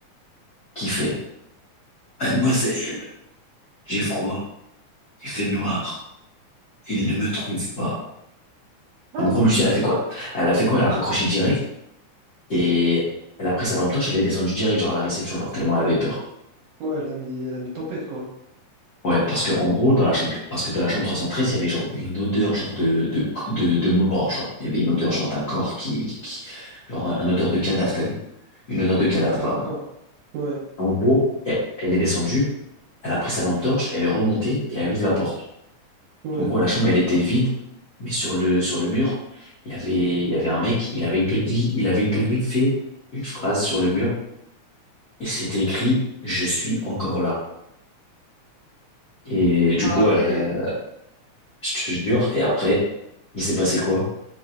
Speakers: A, on the left; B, on the right.
A: qui fait, Mademoiselle, j'ai froid, il fait noir, il ne me trouve pas.
B: Ah
A: En gros, Lucie, elle a fait quoi? Elle a fait quoi? Elle a raccroché direct Et elle a pris sa lampe torche, elle est descendue direct, genre à la réception, genre tellement elle avait peur.
B: Ouais, elle a mis, elle a mis tempête, quoi.
A: Ouais, parce que en gros, dans la chambre, parce que dans la chambre 313 il y avait genre une odeur genre de de de, de mort, genre il y avait une odeur genre d'un corps qui qui genre un odeur de cadavre, t'as vu? Une odeur de cadavre,
B: C'était
A: pardon.
B: hardcore. Ouais,
A: En gros, elle, elle est descendue, elle a pris sa lampe torche, elle est remontée et elle ouvre la porte.
B: ouais.
A: En gros, la chambre elle était vide, mais sur le sur le mur, il y avait il y avait un mec, il avait gri- il avait griffé une phrase sur le mur et c'était écrit «Je suis encore là». Et du
B: Arrête!
A: coup, euh, je te jure, et après, il s'est passé quoi?